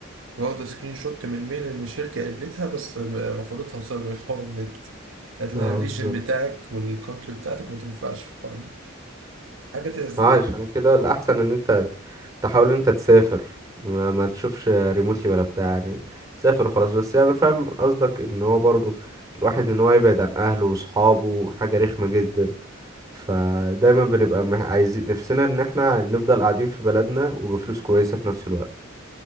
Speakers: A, on the right (about 70°); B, on the right (about 15°).
A: واخدة سكرين شوت من ميل إن شركة قبلتها بس رفضتها بسبب الحوار النت قالت لها
B: اه
A: الريجن
B: بالظبط
A: بتاعك والكونتري بتاعتك ما تنفعش في حوار النت. حاجة تأذن
B: عشان كده الأحسن إن أنت تحاول إن أنت تسافر ما, ما تشوفش ريموتلي ولا بتاع يعني سافر وخلاص بس يعني أنا فاهم قصدك إن هو برضو الواحد إن هو يبعد عن أهله وصحابه حاجة رخمة جدا فدايما بنبقى مح- عايزين نفسنا إن احنا نفضل قاعدين في بلدنا وبفلوس كويسة في نفس الوقت